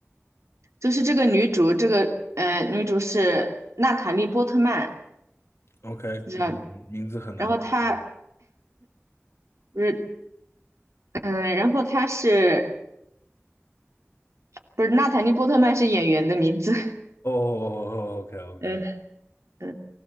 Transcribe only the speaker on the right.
就是这个女主，这个呃女主是娜塔莉波特曼，
不知道。
然后她不是，嗯、然后她是不是娜塔莉波特曼是演员的名字？
<laughs>
嗯嗯。